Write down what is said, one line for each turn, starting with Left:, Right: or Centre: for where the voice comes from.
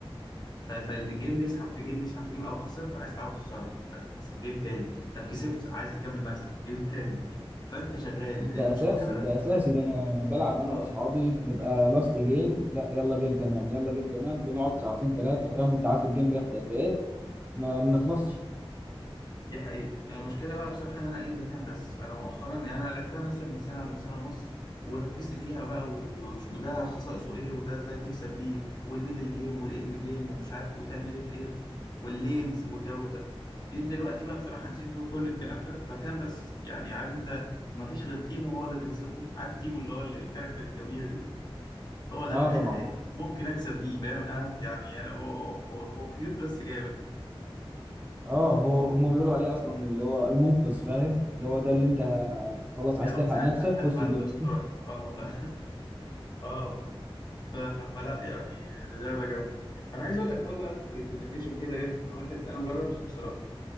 Left: ف- فالجيم يسحب في جيم يسحب في جيم او خسرت عايز تعود خساره جيم تاني طب كسبت عايز تكمل مكسب جيم تاني فانت شغال المشكله
Right: ده اساسي
Left: بقى
Right: ده اساسي ده انا بلعب
Left: اه
Right: انا واصحابي بنبقى لاست جيم لا يلا جيم كمان يلا جيم كمان بنقعد ساعتين ثلاثه فاهم وانت عارف الجيم بياخد قد ايه ما بنخلصش
Left: دي حقيقة المشكلة بقى بصراحة إن أنا إيه بتهان بس أنا مؤخرا يعني أنا لعبتها مثلا من سنة ولا من سنة ونص وركزت فيها بقى و- وش- وده خصائصه إيه وده إزاي تكسب بيه والميدل جيم والإند جيم ومش عارف وتعمل إيه في إيه واللينز والجو ده جيت دلوقتي بقى بصراحة نسيت كل الكلام ده بتهان بس يعني عارف أنت مفيش غير تيمو هو اللي بينصفني عارف تيمو اللي هو ال- الكاركتر الجميلة دي هو ده
Right: اه
Left: الوحيد
Right: طبعا
Left: اللي إيه ممكن أكسب بيه فاهم أه يعني أنا هو هو- هو كيوت بس جامد
Right: اه هو هم بيقولوا عليه اصلا اللي هو المنقذ فاهم اللي هو ده اللي انت خلاص عايز
Left: لو
Right: تلحق
Left: زهقت
Right: نفسك
Left: ه-
Right: خش
Left: ه-
Right: جيم
Left: هيسترك أه <laughs> اه ف... فلا يعني لعبه جامده انا عايز اقول لك اه بقى ريكومنديشن كده جات لي من واحد انا ما جربتش بصراحه